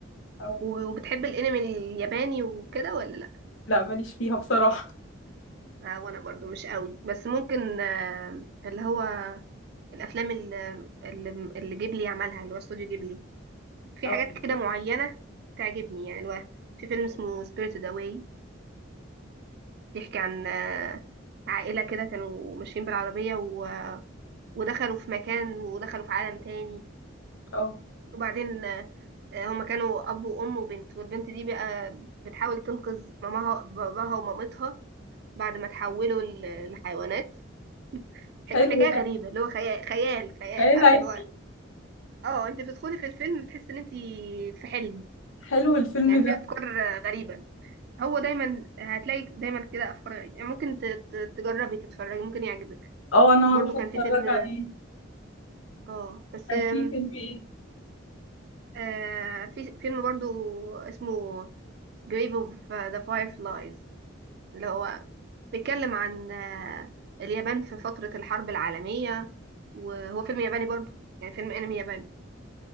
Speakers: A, on the left (about 75°); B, on the right (about 55°).
A: اه
B: و- وبتحب الانمي الياباني وكده ولا لا
A: لا ماليش فيها بصراحة
B: آه وانا برضو مش قوي بس ممكن آه، اللي هو الافلام اللي اللي جيبلي عملها اللي هو استوديو جيبلي في
A: اه
B: حاجات كده معينه تعجبني يعني اللي هو في فيلم اسمه سبيريتد اواي بيحكي عن آه، عائله كده كانوا ماشيين بالعربيه و- ودخلوا في مكان ودخلوا في عالم تاني
A: اه
B: وبعدين آه، آه، هما كانوا اب وام وبنت والبنت دي بقى بتحاول تنقذ ماماها باباها ومامتها بعد ما تحولوا ل- لحيوانات حك-
A: حلو
B: حكايه
A: ده
B: غريبه اللي هو خيال خيال خيال
A: خيال
B: عارفه
A: علمي
B: اللي هو اه انت بتدخلي في الفيلم بتحسي ان انت في حلم
A: حلو الفيلم
B: يعني في
A: ده
B: افكار آه، غريبة هو دايما هتلاقي دايما كده افكار غريبة يعني ممكن ت- ت- تجربي تتفرجي ممكن يعجبك
A: اه انا
B: برضو
A: هروح
B: كان
A: اتفرج
B: في فيلم
A: عليه
B: اه بس
A: كان
B: آم،
A: في فيلم ايه
B: آه في فيلم برضو اسمه Grave of the Fireflies اللي هو بيتكلم عن آه، اليابان في فترة الحرب العالمية وهو فيلم ياباني برضو يعني فيلم انمي ياباني